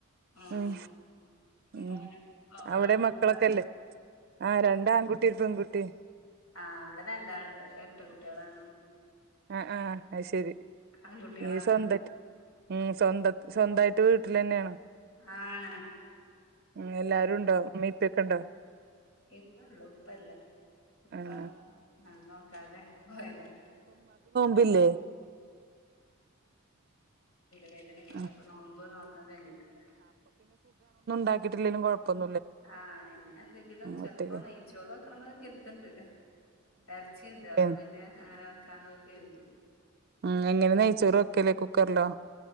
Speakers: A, on the left (about 75°); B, on the right (about 45°).
A: ആഹ്
B: ഉം ഉം
A: ഓനും
B: അവിടെ
A: ആൺകുട്ടികളാ
B: മക്കളൊക്കെല്ലേ ആഹ രണ്ട ആൺകുട്ടിരു പെൺകുട്ടി
A: ആഹ അവിടന്ന് എന്താണ്ട് എട്ട് കുട്ടികളാാണ്
B: ആഹ ആഹ് അ ശരി
A: ആൺകുട്ടികളാണ്
B: ഈ സ്വന്ത ഉം സ്വന്ത സ്വന്തമായിട്ട് വീട്ടിൽ തന്നെയാണ്
A: ആണ് ആണ്
B: ഉ എല്ലാരും ഇണ്ട്ോ ഉമ്മീപ്പൊക്കെ ഉണ്ട്
A: ഇ ഉള്ളു ഉപ്പല്ല ഉപ്പ
B: ആഹ്
A: ആ നോ ക്കാതെ പോയതാ
B: ബിലേ
A: വേദന
B: ആഹ്
A: അപ്പൊ നോമ്പോ നോക്കാൻ കഴിഞ്ഞിട്ടില്ല
B: പാക്കില്ലുംഴപ്പന്നും
A: ആഹ ഇനി എന്തെങ്കിലും ചെിലപ്പോ
B: ഒറ്റക്ക്
A: നെയച്ചോറ് വെക്കണം എന്നക്ക ചെരുത്തണ്ട് ഇരച്ചിണ്ട് അപ്പൊ
B: ഉം
A: പിന്നെ അങ്ങനെ വെക്കാൻോക്കഴട്ടി
B: ഉം എങ്ങനെ നെയയിച്ചോറ ഒക്കല്ലേ കുക്കറിലോ